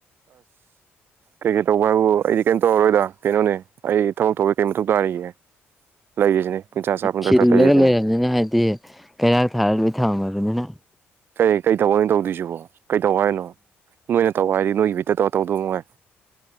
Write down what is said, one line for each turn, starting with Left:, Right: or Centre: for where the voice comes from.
Right: ꯀꯩ ꯀꯩ ꯇꯧꯕ ꯍꯥꯏꯕꯨ ꯑꯩꯗꯤ ꯀꯩꯅꯝ ꯇꯧꯔꯔꯣꯏꯗ ꯀꯩꯅꯣꯅꯦ ꯑꯩ ꯊꯕꯛ ꯊꯧꯕꯁ ꯀꯩ ꯃꯊꯧ ꯇꯥꯔꯤꯒꯦ ꯂꯩꯔꯤꯁꯤꯅꯦ ꯄꯨꯡꯆꯥ ꯆꯥ ꯄꯨꯡꯊꯛ
Centre: ꯈꯤꯜꯂꯒ
Right: ꯊꯛ ꯂꯩꯔꯤꯁꯤꯅꯦ
Centre: ꯂꯩꯔꯕꯅꯤꯅ ꯍꯥꯏꯗꯤ ꯀ ꯊꯥꯔꯕꯤ ꯊꯥꯔꯅꯤ
Right: ꯀꯩ ꯀꯩ ꯊꯕꯛ ꯑꯣꯏꯅ ꯇꯧꯗꯣꯏꯁꯤꯕꯣ ꯀꯩꯗꯧ ꯍꯥꯏꯔꯤꯅꯣ ꯅꯣꯏꯅ ꯇꯧ ꯍꯥꯏꯔꯗꯤ ꯅꯣꯏꯒꯤ ꯕꯤꯠꯇ ꯇꯧꯔ ꯇꯧꯗꯧ ꯃꯉꯥꯏ